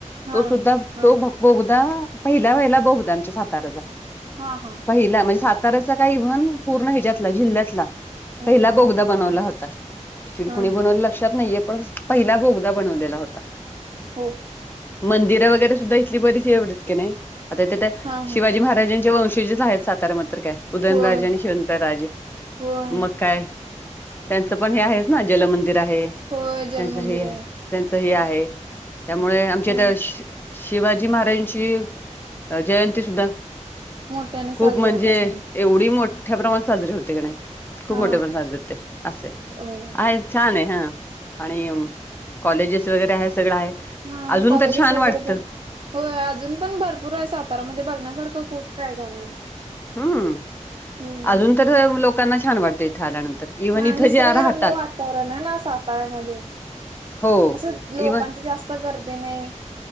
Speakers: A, on the right; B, on the left.
A: हा
B: तो सुद्धा
A: हा
B: तो बोगदा पहिल्या वहिला बोगदा आमच्या साताराचा.
A: हा हा
B: पहिला म्हणजे साताऱ्याचा काही म्हण, पूर्ण ह्याच्यातला जिल्ह्यातला पहिला
A: ओके
B: बोगदा बनवलं होता चिरकुणी
A: हा
B: बनवला
A: हा
B: लक्षात नाहीये पण पहिला बोगदा बनवलेला होता.
A: हो.
B: मंदिरं वगैरे सुद्धा इथली बरीच एवढत की नाही आता इथ त्यात
A: हा
B: शिवाजी महाराजांच्या वंशीजच आहेत सातारामध्ये. तर काय उदयनराज
A: होय
B: आणि शेवंता राजे
A: होय
B: मग काय? त्यांचं पण हे आहेच ना जलमंदिर आहे
A: होय जलमंदिर
B: त्यांचं हे आहे. त्यांच हे आहे त्यामुळे आमच्या
A: हो
B: इथं शि शिवाजी महाराजांची चीव अ जयंती सुद्धा
A: मोठ्याने साजरी
B: खूप म्हणजे
A: होत असणार
B: एवढी मोठ्या प्रमाणात साजरी होते का नाही. खूप
A: हा
B: मोठे प्रसादते असे आहेत
A: होय
B: आय छान आहे हा आणि कॉलेजेस वगैरे आहे सगळं आहे.
A: हा
B: अजून
A: कॉलेजेस
B: तर छान
A: वगैरे
B: वाटतं
A: भर होय अजून पण भरपूर आहे सातारामध्ये बघण्यासारखं खूप काय काय आहे.
B: हम्म
A: हो
B: अजून तर लोकांना छान वाटतं इथे आल्यानंतर इव्हन
A: हा
B: इथं
A: निसर्गरम्य
B: जे राहतात
A: वातावरण आहे ना साताऱ्यामध्ये
B: हो
A: असं लोकांचे
B: इव्हन
A: जास्त चा करते नाय.